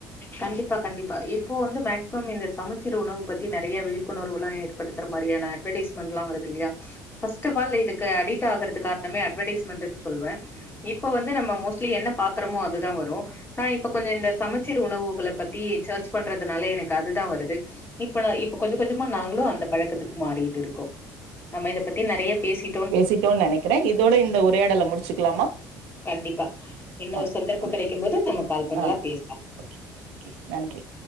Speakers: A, on the left; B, on the right.
A: கண்டிப்பா கண்டிப்பா இப்போ வந்து மேக்சிமம் இந்த சமச்சீர் உணவு பத்தி நெறையா விழிப்புணர்வுலா ஏற்ப் படுத்துற மாறியான அட்வடேஸ்மென்ட்லா வருது இல்லையா ஃபர்ஸ்ட் ஆஃப் ஆல் இதுக்கு அடிட் ஆகுறதுக் காரணமே அட்வடேஸ்மெண்டுன்னு சொல்லுவே இப்ப வந்து நம்ம மோஸ்ட்லி என்ன பாக்குறமோ அதுதா வரு நா இப்ப கொஞ்சோ இந்த சம ச்சீர் உணவுகள பத்தி சர்ச் பண்றதுனால எனக் கு அதுதா வருது இப்ப நா இப்ப கொஞ்ச கொஞ்சமா நாங்களு அந்த பழக்கத்துக்கு மாறிட்டு இருக்கோ நம்ம இத பத்தி நெறைய பேசி
B: பேசிட்டோ நெனைக்கிறே இதோட இந்த உரையாடல முடிச்சுக்கலாமா
A: கண்டிப்பா இன்னொரு
B: ஆ,
A: சந்தர்ப்போ
B: ரொம்ப-
A: கிடைக்கும் போது நம்ம கால் பண்லா
B: ஆ
A: பேசலா
B: ஓகே கே நன்றி